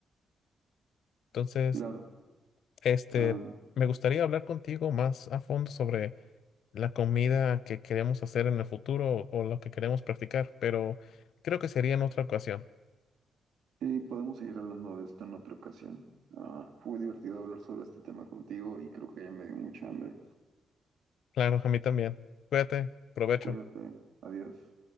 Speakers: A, on the left; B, on the right.
A: Entonces,
B: Claro,
A: este,
B: am,
A: me gustaría hablar contigo más a fondo sobre la comida que queremos hacer en el futuro o lo que queremos practicar, pero creo que sería en otra ocasión.
B: Sí, podemos seguir hablando de esto en otra ocasión. Ah, fue divertido hablar sobre este tema contigo y creo que ya me dio mucha hambre.
A: Claro, a mí también. Cuídate, provecho.
B: Cuídate, adiós.